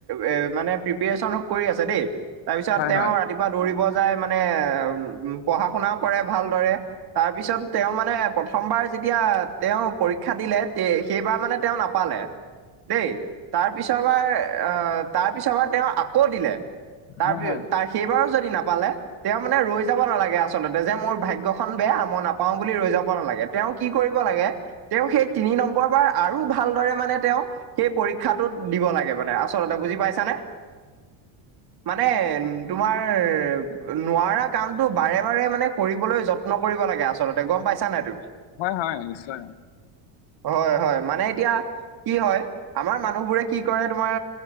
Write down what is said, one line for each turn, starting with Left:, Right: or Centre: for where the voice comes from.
Right: এ মানে পিপ প্ৰিপৰেচনটো কৰি আছে দেই তাৰপিছত
Left: হয়
Right: তেওঁৰ-
Left: হয়
Right: ৰাতিপুৱা দৌৰিব যায় মানে উ পঢ়া শুনাও কৰে ভালদৰে তাৰ পিছত তেওঁ মানে প্ৰথমবাৰ যেতিয়া তেওঁ পৰীক্ষা দিলে তে সেইবাৰ মানে তেওঁ নাপালে। দেই তাৰপিছৰবাৰ আহ তাৰপিছৰবাৰ তেওঁ আকৌ দিলে তাৰ
Left: হয় হয়
Right: তাৰ সেইবাৰো যদি নাপালে তেওঁ মানে ৰৈ যাব নালাগে আচলতে যে মোৰ ভাগ্য খন বেয়া মই নাপাও বুলি ৰৈ যাব নালাগে। তেওঁ কি কৰিব লাগে তেওঁ সেই তিনি নম্বৰ বাৰ আৰু ভালদৰে মানে তেওঁ সেই পৰীক্ষাটোত দিব লাগে মানে আচলতে বুজি পাইছানে। মানে- তোমাৰ নোৱাৰা কামটো বাৰে বাৰে মানে কৰিবলৈ যত্ন কৰিব লাগে আছ চলতে গম পাইছা নাই তুমি?
Left: হয় হয়, নিশ্চয় হয়।
Right: হয় হয় মানে এতিয়া কি হয় আমাৰ মানুহবোৰে কি কৰে তোমাৰ